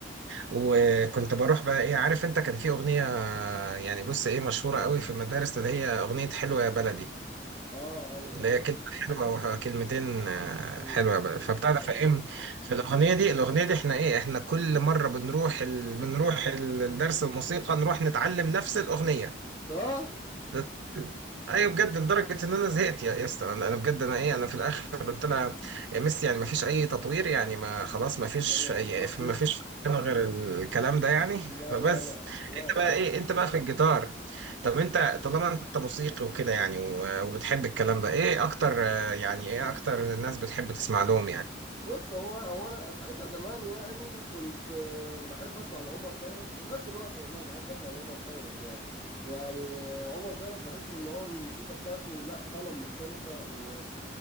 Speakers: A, on the right (about 75°); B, on the left (about 25°).
A: وكنت بروح بقى ايه عارف انت كان في اغنيه يعني بص ايه مشهوره قوي في المدارس اللي هي اغنيه حلوه يا بلدي
B: اه ايوه
A: اللي هي كلمة حلوة أو كلمتين آه،
B: حلو
A: حلوة
B: يا بدر
A: بقى فبتعرف
B: ايوه
A: إيه فالأغنية دي الأغنية دي إحنا إيه إحنا كل مرة بنروح ال... بنروح ال- الدرس الموسيقى نروح نتعلم نفس الأغنية
B: صح؟
A: بس- ايوه بجد لدرجه ان انا زهقت يا يا اسطى انا أنا بجد انا ايه انا في الاخر قلت لها يا ميسي يعني ما فيش اي تطوير يعني ما خلاص ما فيش
B: يعني
A: أي-
B: خلاص كده
A: ما فيش انا غير الكلام ده يعني
B: لا
A: فبس
B: لا لا لا
A: انت بقى ايه انت بقى في الجيتار طب انت طالما انت موسيقي وكده يعني و- وبتحب الكلام ده ايه اكتر آه، يعني ايه اكتر الناس بتحب تسمع لهم يعني
B: بص هو هو انا ساعتها زمان يعني كنت آه، بحب اسمع لعمر خيرت ولغايه دلوقتي والله بحب اسمع لعمر خيرت يعني يعني آه، عمر خيرت بحس ان هو الموسيقى بتاعته لا فعلا مختلفه و